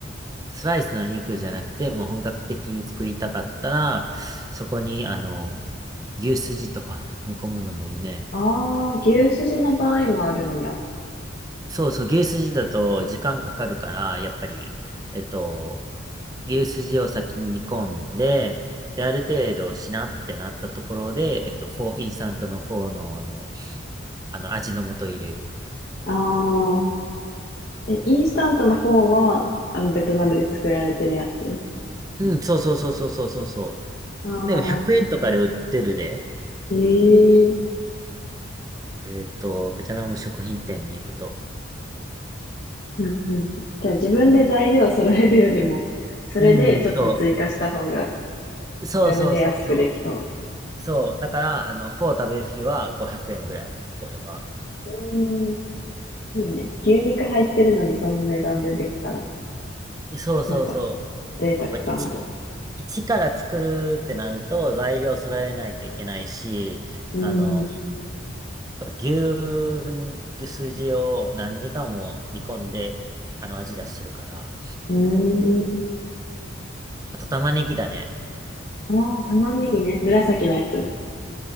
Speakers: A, on the right; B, on the left.
A: スライスの肉じゃなくて、もう本格的に作りたかったら、そこに、あの、牛すじとか煮込むのもいいね。
B: ああ、牛すじの場合もあるんや。あ
A: そうそう、牛すじだと時間かかるから、やっぱり、えっと、牛すじを先に煮込んで、で、ある程度しなってなったところで、えっと、フォー、インスタントのフォーの、あの、あの味の素入れる。
B: あ、え、インスタントの方は、あの、ベトナムで作られてるやつ
A: うん、そうそうそうそうそうそうそ
B: ああ、
A: う。でも100円とかで売ってるで、
B: ええ
A: えっと、ベトナム食品店に行くと。
B: うんうん。じゃあ自分で材料揃えるよりも、それでちょっと追加した方が
A: うん、そう。そうそうそうそ
B: 手軽で安くできそう。
A: う。そう。だから、あの、フォー食べる日は500円ぐらい、俺は。
B: うーん、いいね。牛肉入ってるのにその値段でできたら、
A: そうそうそう。
B: なんか贅沢感ある。
A: やっぱり一から作るってなると材料揃えないといけないし、
B: うーん、
A: あの、
B: う
A: 牛、牛すじを何時間も煮込んで、あの味出してるから。
B: ーん。
A: あと玉ねぎだね。
B: ああ、玉ねぎね。紫のやつ。普